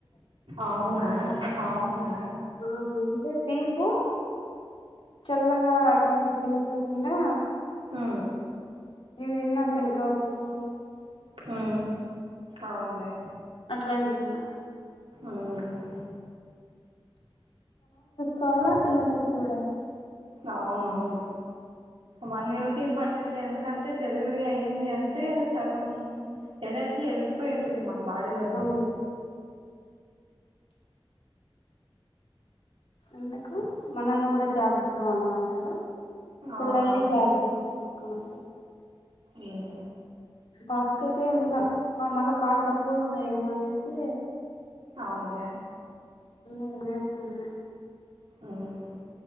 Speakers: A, on the right; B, on the left.
A: అవునా అవునా
B: ఆ అంటే తీపు చల్లగా అట్లాంటి పిన్ను కాకుండా
A: ఆ
B: ఇవి విన్న చెనకాపులు
A: హూ అవున్లే
B: అట్లాంటి దిన్నా
A: ఉమ్,
B: కాలే పిల్లోళ్లకి కూడానా?
A: అవునవును వన్నేల్ ఇంపార్టెంటెంటే ఎందుకంటే డెలివరీ అయ్యింది అంటే సగం ఎనర్జీ ఎళ్ళపోయి ఉంటుంది మన బాడీలో నుంచి.
B: అవును ఎందుకు మనల్ని గుడ జాగ్రత్తగా ఉండమంటారు, పిల్లల్ని
A: అవునవునులే
B: జాగ్రత్తగా చూసుకోమంటారు
A: ఉమ్
B: పాపకయితే ఇంట్ల, పా మళ్ళ పాలు తక్కువ వస్తాయేమో అనేసి
A: అవునులే
B: అన్నయ్య నేస్తానే
A: ఉమ్